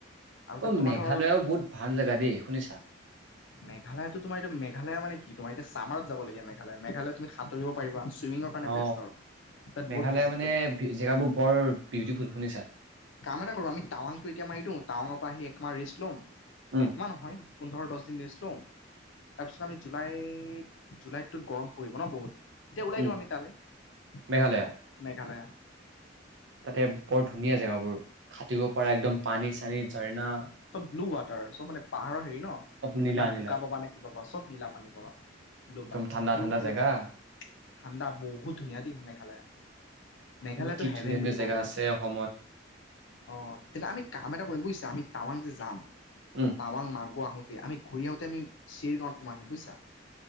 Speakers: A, on the left; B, on the right.
A: আৰু তাত
B: অ
A: তোমাৰ
B: মেঘালয়ও
A: ধৰ।
B: বহুত ভাল জেগা দেই শুনিছা
A: মেঘালয়তো তোমাৰ মেঘালয় মানে কি তোমাৰ এতিয়া ছামাৰত যাবলগীয়া মেঘালয়। মেঘালয়ত তুমি সাতুৰিব পাৰিবা। চুইমিঙৰ কাৰণে
B: অ
A: বেষ্ট আৰু তাত
B: মেঘালয়
A: বহুত ভিজিট
B: মানে
A: কৰিব পাৰিবা।
B: জেগাবোৰ বৰ বিউটিফুল শুনিছা
A: কাম এটা কৰো আমি টাৱাংতটো এতিয়া মাৰি দিও টাৱাঙৰ পৰা আহি তোমাৰ ৰেষ্ট লম
B: উম
A: একমাহ নহয় পোন্ধৰ দছ দিন ৰেষ্ট লও। তাৰপিছত আমি জুলাইত জুলাইতটো গৰম পৰিব ন বহুত এতিয়া ওলাই
B: উম
A: দিওঁ আমি তালেমেঘালয়া।
B: মেঘালয়া তাতে বৰ ধুনীয়া জেগাবোৰ। সাতুৰিব পৰা একদম পানী চানী ঝাৰণা
A: লু ৱাটাৰ চ মানে পাহাৰৰ হেৰি ন
B: নীলা
A: না
B: নীলা
A: বোকাব মানে কিবা পাচত নীলাপানী পাবা ব্লু
B: একদম
A: পানী
B: ঠাণ্ডা
A: ব্লু
B: ঠাণ্ডা
A: সেউজীয়া
B: জেগা
A: ঠাণ্ডা বহুত ধুনীয়া দেই মেঘালয় মেঘালয়টো
B: এইবোৰ কি
A: হেভেন
B: ধুনীয়া ধুনীয়া
A: বুলি কব
B: জেগা
A: পাৰি
B: আছে অসমত
A: অ তেনেহলে আমি কাম এটা কৰিম বুজিছা আমি টাৱাং যে যাম
B: উম
A: টাৱাং মাৰ গ আহোতে আমি ঘূৰি আহোতে আমি চিৰিঙত সোমাই বুজিছা